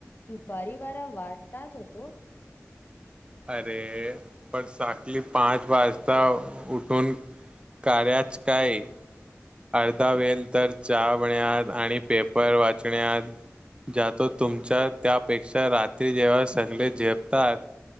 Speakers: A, on the left; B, on the right.
A: दुपारी बारा वाजताच होतो
B: अरे पण साकली पाच वाजता उठून कराच काय अर्धा वेल तर चहा बन आणि पेपर वाचण्यात ज तो तुमच्या त्यापेक्षा रात्री जेव्हा सगळे झोपतात